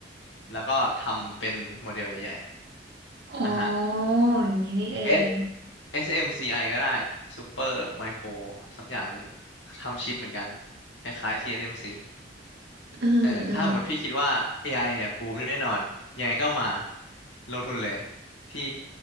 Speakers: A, on the left; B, on the right.
A: แล้วก็ทำเป็นโมเดลใหญ่ๆอ่ะฮะ
B: อ๋ออย่างนี้นี่เอง
A: S SMCI ก็ได้ Super Micro สักอย่างหนึ่งทำชิปเหมือนกันคล้ายๆ TSMC
B: เออเออ
A: เออถ้าหมดพี่คิดว่า AI เนี่ยบูมแน่นอนยังไงก็มาลงทุนเลยที่